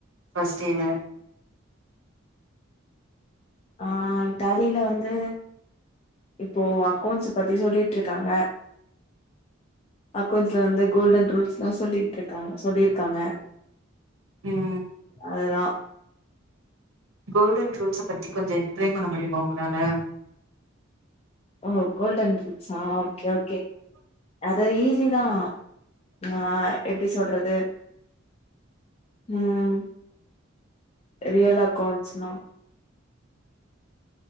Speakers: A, on the right; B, on the left.
A: பர்ஸ்ட் டேல
B: ஆ டேலில வந்து இப்போ அக்கௌன்ஸ் பத்தி சொல்லிட்டு இருக்காங்க அக்கௌண்ட்ஸ்ல வந்து கோல்டன் ரூல்ஸேலாம் சொல்லிட்டு இருக்காங்க சொல்லிருக்காங்க
A: ம்
B: அதுதான்
A: கோல்டன் ரூல்ஸ பத்தி கொஞ்சம் எக்ஸ்பிளென் பண்ண முடியுமா உங்களால
B: ஓ கோல்டன் ரூல்ஸா ஆ ஓகே ஓகே அத தான் ஆஹ் எப்படி சொல்றது உம் ரியல் அக்கௌண்ட்ஸ்ன